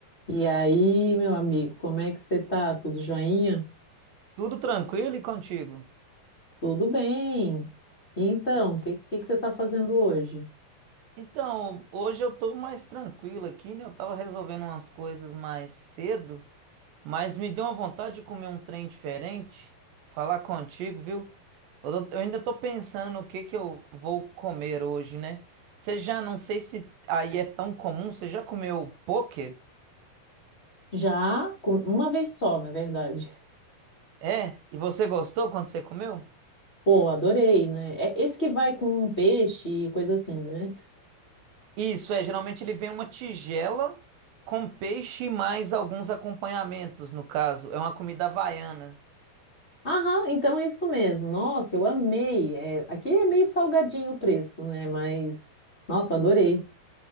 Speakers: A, on the left (about 50°); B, on the right (about 75°).
A: E aí, meu amigo, como é que você tá? Tudo joinha?
B: Tudo tranquilo e contigo?
A: Tudo bem. Então,
B: Então,
A: o que, que, que você tá fazendo hoje?
B: então, hoje eu tô mais tranquilo aqui, né? Eu tava resolvendo umas coisas mais cedo, mas me deu uma vontade de comer um trem diferente. Falar contigo, viu? Eu, tô- eu ainda tô pensando no que que eu vou comer hoje, né? Você já, não sei se aí é tão comum, você já comeu poke?
A: Já com- uma vez só, na verdade.
B: É? E você gostou quando você comeu?
A: Pô, adorei, né? É esse que vai com um peixe e coisa assim, né?
B: Isso, é, geralmente ele vem uma tigela com peixe e mais alguns acompanhamentos, no caso. É uma comida havaiana.
A: Aham, então é isso mesmo. Nossa, eu amei. É, aqui é meio salgadinho o preço, né? Mas, nossa, adorei.